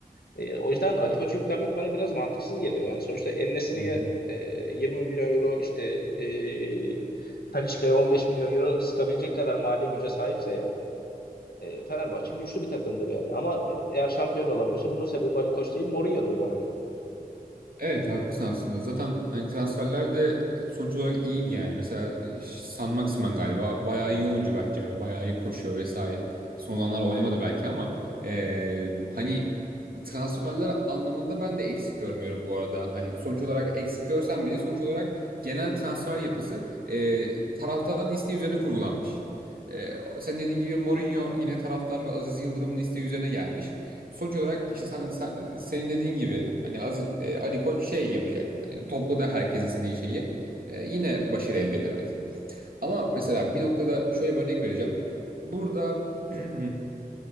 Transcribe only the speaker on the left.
E, o yüzden Ali Koç'u yüklenmek bana biraz mantıksız geliyor. Yani sonuçta En-Nesyri'ye
e, 20 milyon euro işte e, Talisca'ya 15 milyon euro sıkabilecek kadar mali güce sahipse ya e, Fenerbahçe güçlü bir takımdır yani. Ama eğer şampiyon olamıyorsa bunun sebebi Ali Koç değil Mourinho'dur bana göre.